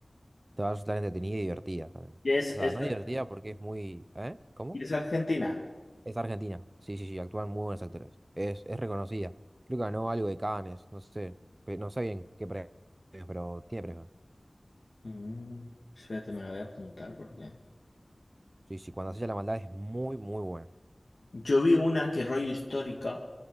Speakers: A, on the right; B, on the left.
A: te va a resultar entretenida y divertida también.
B: Y es,
A: O sea,
B: es,
A: no divertida porque es muy... ¿Eh? ¿Cómo?
B: y es Argentina.
A: Es argentina. Sí, sí, sí, actúan muy buenos actores. Es, es reconocida. Creo que ganó algo de Cannes, no sé. pe- No sé bien qué premio, pero tiene premio.
B: Mm, espérate, me la voy a apuntar porque...
A: Sí, sí, cuando hacía la maldad es muy, muy buena.
B: Yo vi una que rollo histórica,